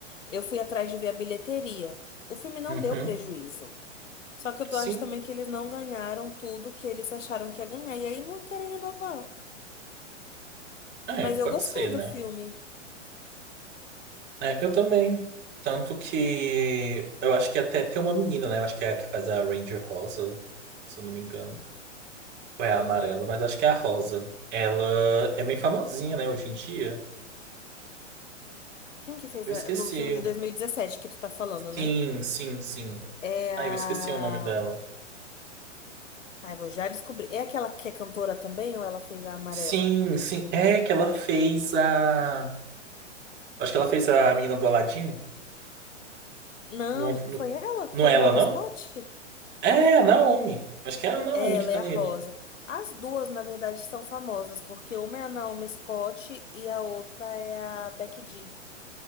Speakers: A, on the left (about 80°); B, on the right (about 30°).
A: Eu fui atrás de ver a bilheteria. O filme não
B: Uhum.
A: deu prejuízo. Só que eu tô-
B: Sim,
A: acho também que eles não ganharam tudo que eles acharam que ia ganhar. E aí não querem renovar.
B: é,
A: Mas
B: pode
A: eu gostei
B: ser, né?
A: do filme.
B: É, eu também. Tanto que eu acho que até tem uma menina, né? Eu acho que é a que faz a Ranger Rosa, se eu não me engano. Ou
A: Uhum.
B: é a amarela, mas acho que é a rosa. Ela é bem famosinha, né, hoje em dia.
A: Quem que fez
B: Eu esqueci.
A: a... no filme de 2017 que tu tá falando,
B: Sim,
A: né?
B: sim, sim.
A: É
B: Ah,
A: a.
B: eu esqueci o nome dela.
A: Ai, vou já descobrir. É aquela que é cantora também ou ela fez a amarela?
B: Sim, sim. É que ela fez a. Acho que ela fez a menina do Aladim.
A: Não,
B: Não, não,
A: foi ela?
B: não
A: Foi
B: é
A: a
B: ela,
A: Naomi
B: não?
A: Scott?
B: É, a Naomi. Acho que é a Naomi
A: Ela
B: que tá
A: é a
B: nele.
A: Rosa. As duas, na verdade, são famosas, porque uma é a Naomi Scott e a outra é a Becky G.